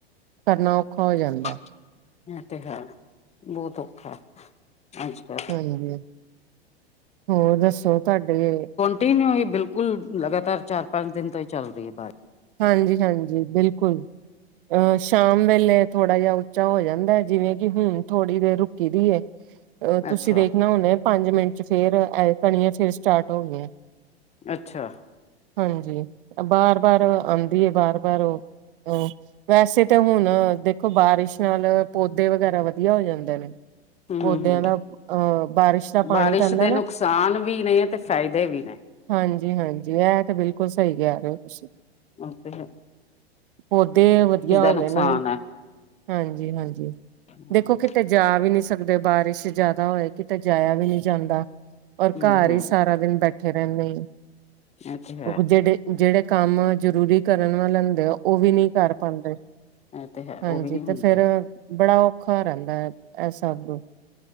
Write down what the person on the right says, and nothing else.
ਕਰਨਾ ਔਖਾ ਹੋ ਜਾਂਦਾ
ਹਾਂਜੀ ਹੋਰ ਦੱਸੋ ਤੁਹਾਡੇ
ਹਾਂਜੀ ਹਾਂਜੀ ਬਿਲਕੁਲ ਅਹ ਸ਼ਾਮ ਵੇਲੇ ਥੋੜਾ ਜਿਹਾ ਉੱਚਾ ਹੋ ਜਾਂਦਾ ਹੈ ਜਿਵੇਂ ਕਿ ਹੁਣ ਥੋੜੀ ਦੇਰ ਰੁਕੀ ਦੀ ਅ ਤੁਸੀਂ
ਦੇਖਣਾ ਹੁਣੇ ਪੰਜ ਮਿੰਟ ਚ ਫੇਰ ਕਣੀਆਂ ਫਿਰ ਸਟਾਰਟ ਹੋ ਗਈਆਂ
ਹਾਂਜੀ ਬਾਰ ਬਾਰ ਆਉਂਦੀ ਬਾਰ ਪਰ ਓ, ਓਹ, ਵੈਸੇ ਤੇ, ਹੁਣ ਦੇਖੋ ਬਾਰਿਸ਼ ਨਾਲ, ਪੌਦੇ ਵਗੈਰਾ ਵਧੀਆ ਹੋ ਜਾਂਦੇ ਨੇ।
ਪੌਦਿਆਂ
ਦਾ, ਅਹ ਬਾਰਿਸ਼ ਦਾ ਪਾਣੀ
ਪੈਂਦਾ
ਨਾ।
ਹਾਂਜੀ-ਹਾਂਜੀ, ਐਤੇ ਬਿਲਕੁਲ ਸਹੀ ਕਹਿ ਰਹੇ ਹੋ ਤੁਸੀ।
ਪੌਦੇ ਵਧੀਆ ਹੋਗਏ
ਨੇ,
ਹਾਂਜੀ-ਹਾਂਜੀ।
ਦੇਖੋ ਕਿਤੇ ਜਾ ਵੀ ਨਹੀਂ ਸਕਦੇ, ਬਾਰਿਸ਼ ਜ਼ਿਆਦਾ ਹੋਏ ਕਿਤੇ ਜਾਇਆ ਵੀ ਨਹੀਂ ਜਾਂਦਾ। ਔਰ
ਘਰ ਹੀ ਸਾਰਾ ਦਿਨ ਬੈਠੇ ਰਹਿੰਨੇ।
ਜਿਹੜੇ, ਜਿਹੜੇ ਕੰਮ ਜਰੂਰੀ ਕਰਨ ਵਾਲੇ ਹੁੰਦੇ ਆ, ਉਹ ਵੀ ਨਹੀਂ ਕਰ ਪਾਂਦੇ,
ਹਾਂਜੀ
ਤੇ ਫਿਰ ਬੜਾ ਔਖਾ ਰਹਿੰਦਾ ਹੈ, ਐ, ਸਭ।